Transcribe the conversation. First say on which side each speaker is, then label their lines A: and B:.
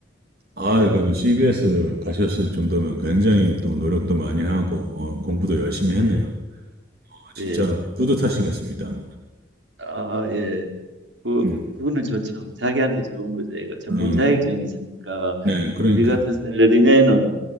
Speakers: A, on the right; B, on the right.
A: 아,
B: 예
A: 그래도 CBS 가셨을 정도면 굉장히 또 노력도 많이 하고 어, 공부도 열심히 했네요.
B: 예,
A: 어, 진짜
B: 예.
A: 뿌듯하시겠습니다.
B: 그, 그, 아, 예. 그,
A: 음,
B: 그거는 좋죠. 자기한테 좋은 거죠. 애가 전문
A: 음,
B: 자격증이 있으니까
A: 네, 그러니까
B: 우리 같은 샐러리맨은